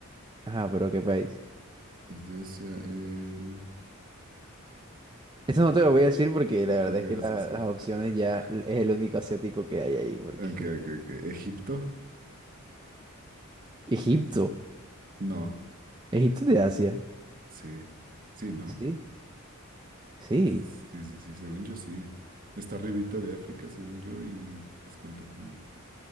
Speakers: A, on the right; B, on the right.
A: Ajá, pero qué país.
B: Es de Asia, el...
A: Eso no
B: Eg-
A: te lo voy a decir porque la verdad
B: Ok,
A: es
B: es
A: que la-
B: ese.
A: las opciones
B: Eh,
A: ya es el único asiático que hay ahí. Porque
B: Ok, ok, ok. ¿Egipto?
A: Egipto.
B: No,
A: Egipto es de Asia.
B: sí. Sí, ¿no?
A: Sí. Sí.
B: Sí, sí, sí, según yo sí. Está arribita de África, según yo, y pues cuenta como,